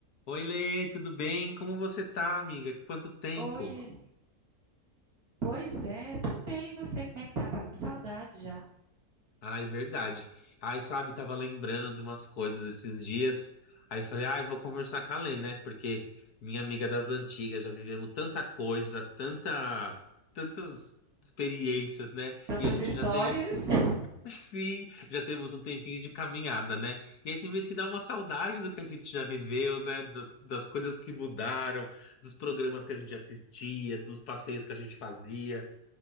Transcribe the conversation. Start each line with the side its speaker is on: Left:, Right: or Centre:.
Left: Oi, Lê, tudo bem? Como você tá, amiga? Quanto tempo?
Right: Oi, pois é, eu tô bem, e você, como é que tá? Tava com saudade já.
Left: Ah, é verdade. Aí, sabe, tava lembrando de umas coisas esses dias. Aí falei, ah, eu vou conversar com a Lê, né? Porque minha amiga das antigas, já vivemos tanta coisa, tanta, tantas experiências, né?
Right: Tantas
Left: E a gente
Right: histórias.
Left: já tem um,
Right: <laughs>
Left: <laughs> sim, já temos um tempinho de caminhada, né? E aí tem vezes que dá uma saudade do que a gente já viveu, né? Das, das coisas que mudaram, dos programas que a gente assistia, dos passeios que a gente fazia.